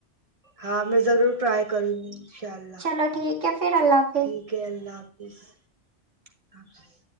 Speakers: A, on the right (about 30°); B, on the right (about 85°).
A: ہاں میں ضرور ٹرائی کروں گی ان شہا اللہ
B: چلو ٹھیک ہے پھر اللہ حافظ
A: ٹھیک اوکے اللہ حافظ